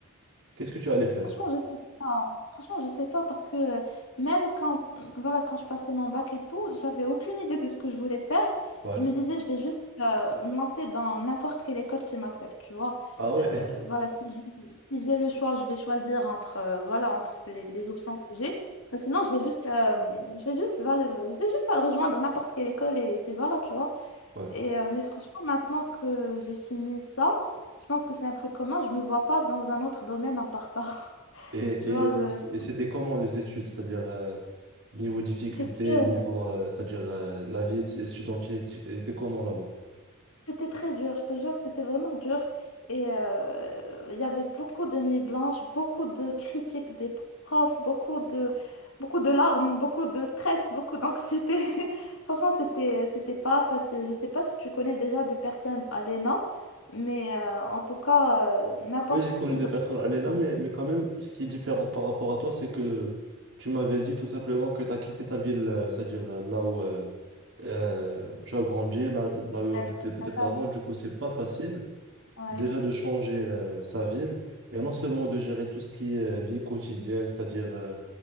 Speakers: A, on the right; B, on the left.
A: qu'est-ce que tu allais faire?
B: Franchement, je sais pas. Franchement, je sais pas parce que euh, même quand, euh, voilà, quand je passais mon bac et tout, j'avais aucune idée de ce que je voulais faire.
A: Ouais.
B: Je me disais, je vais juste euh, me lancer dans n'importe quelle école qui m'accepte, tu vois.
A: Ah ouais?
B: Euh,
A: <laughs>
B: voilà, si j'ai, si j'ai le choix, je vais choisir entre, euh, voilà, entre les, les options que j'ai. Mais sinon, je vais juste, euh, je vais juste, voilà, je vais juste rejoindre n'importe quelle école et, puis voilà, tu vois.
A: Ouais.
B: Et, euh, mais franchement, maintenant que j'ai fini ça, je pense que c'est un truc commun. Je me vois pas dans un autre domaine à part ça. <laughs>
A: Et,
B: Tu vois,
A: et,
B: je- je-
A: et c'était comment les études, c'est-à-dire, euh, niveau difficulté,
B: c'était dur.
A: niveau, euh, c'est-à-dire, euh, la vie étudiante, elle était comment là-bas?
B: C'était très dur, je te jure, c'était vraiment dur. Et euh, il y avait beaucoup de nuits blanches, beaucoup de critiques des profs, beaucoup de, beaucoup de larmes, beaucoup de stress, beaucoup d'anxiété. <laughs> Franchement, c'était, c'était pas facile. Je sais pas si tu connais déjà des personnes à l'ENA, mais euh, en tout cas, euh, n'importe
A: Oui, j'ai connu
B: qui
A: des
B: d'autre.
A: personnes à là,
B: dans
A: mais,
B: le
A: mais quand même, ce qui est différent par rapport à toi, c'est que tu m'avais dit tout simplement que tu as quitté ta ville, euh, c'est-à-dire euh, là où euh, euh, tu as grandi, là, tu- là où
B: domaine
A: habitent tes, tes parents. Du coup, c'est pas facile
B: Ouais,
A: déjà de changer euh, sa ville et non seulement de gérer tout ce qui est euh, vie quotidienne, c'est-à-dire euh,